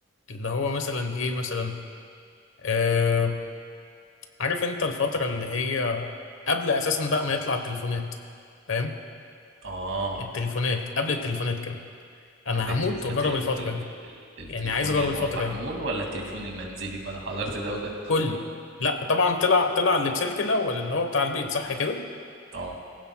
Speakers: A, on the left; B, on the right.
A: اللي هو مثلا ايه مثلا آه عارف انت الفتره اللي هي قبل اساسا بقى ما يطلع التليفونات فاهم
B: اه
A: التليفونات قبل التليفونات كمان انا
B: قبل التليفونات
A: هموت واجرب
B: ال...
A: الفتره
B: ال...
A: دي
B: ال- التليفون
A: يعني عايز اجرب
B: اللي
A: الفتره
B: هو المحمول
A: دي
B: ولا التليفون المنزلي ما انا حضرت ده وده
A: كله لا طبعا طلع طلع اللي بسلك الاول اللي هو بتاع البيت صح
B: مم.
A: كده
B: اه